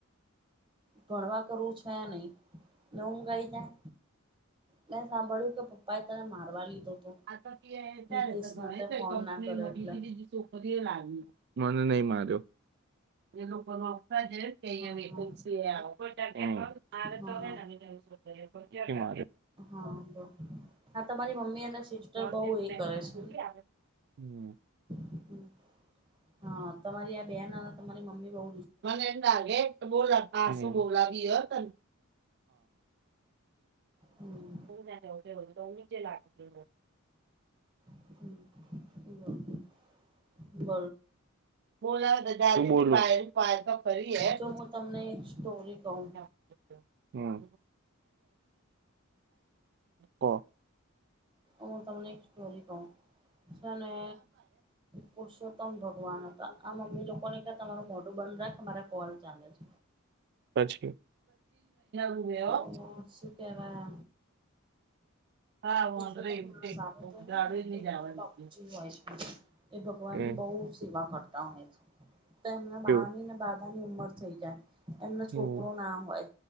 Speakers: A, on the right; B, on the right.
A: ભણવા કરવું છે નહી ને ઊગાઈ જાય. મે સાંભળ્યું કે પપ્પા એ તને મારવા લીધો? હતો
B: <inaudible>
A: હિતેશનો તે ફોન ના કર્યો એટલે
B: માર્યો. <inaudible>
A: હા
B: <inaudible>
A: હા હા બટ હા તમારી મમ્મી એ
B: <inaudible>
A: સિસ્ટર બહુ કરે છે ને હા તમારી આ બેન તમારી મમ્મી બઉ
B: મને એમે બોલા પાસું બ લાગી હતોને
A: હમ
B: <unintelligible>
A: <inaudible> બ
B: બોલા તો જાય <inaudible> ફરી એ
A: જો હું તમને એક સ્ટોરી કહું
B: <unintelligible> હમ્મ ઓ.
A: હું તમને એક સ્ટોરી કવ. છે, ને પુરુષોત્તમ ભગવાન હતા, આ મમ્મી લોકોને ક્યા તમારું મોઢું બંધ રાખ કે મારે કોલ ચાલે છે.
B: પછી રૂમે
A: તો
B: હો
A: શી કેવા
B: હા
A: પુરસોતમ
B: વાંધો એમ
A: માસા
B: તે
A: આવે છે
B: દાડો
A: ને એમાં તો
B: ની
A: એક
B: જવાનું
A: બા બાપુજી ને હોય છે. એ ભગવાન
B: હમ
A: ની બહુ સેવા કરતા હોય છે, તો એમના
B: કેવું
A: બા ની ને બા બધાની ઉંમર થઈ જાય, એમના છોકરો
B: હમ
A: ના હોય.